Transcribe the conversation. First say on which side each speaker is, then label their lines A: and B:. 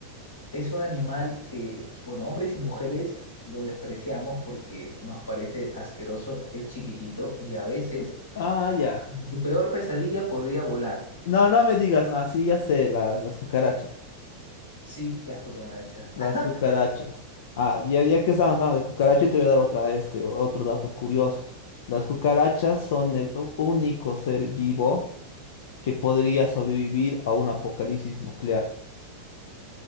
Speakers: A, on the left (about 75°); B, on the left (about 55°).
A: Es un animal que, bueno, hombres y mujeres lo despreciamos porque nos parece asqueroso, es chiquitito y a veces
B: Ah, ya.
A: en tu peor pesadilla podría volar.
B: No, no me digas más. Sí, ya sé, la- las cucarachas.
A: Sí, las cucarachas.
B: Las
A: <laughs>
B: cucarachas. Ah, ya, ya que estábamos hablando de cucarachas, te voy a dar otra, este, otro dato curioso. Las cucarachas son el u- único ser vivo que podría sobrevivir a un apocalipsis nuclear.